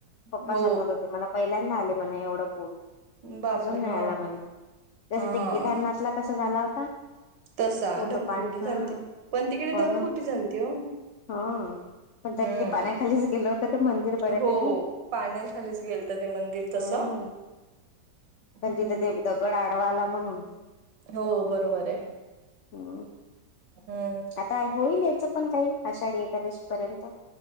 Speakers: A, on the left (about 80°); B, on the right (about 80°).
A: पप्पा
B: हो
A: सांगत होते मला पहिल्यांदा आले म्हण एवढं पूर
B: बापरे
A: अजून नाही
B: हा
A: आला म्हण जसं
B: हा
A: ते केदारनाथला कशा झाला होता?
B: तसा
A: पूर्ण
B: ढगफुट्टी
A: पान
B: झालते
A: हा
B: पण तिकडे
A: हो
B: ढकफुटी
A: ना
B: झालती हो.
A: हा पण
B: हम्म
A: त्यांनी ते पाण्याखालीच गेलं. तटं मंदिर बऱ्यापैकी
B: हो पाण्याखालीच गेलत ते मंदिर तसं
A: हम्म. पण
B: हम्म
A: तिथं ते दगड आडवा आला म्हणून.
B: हो बरोबर आहे
A: हम्म
B: हम्म.
A: आता होईल याचा पण काही आषाढी एकादशी पर्यंत.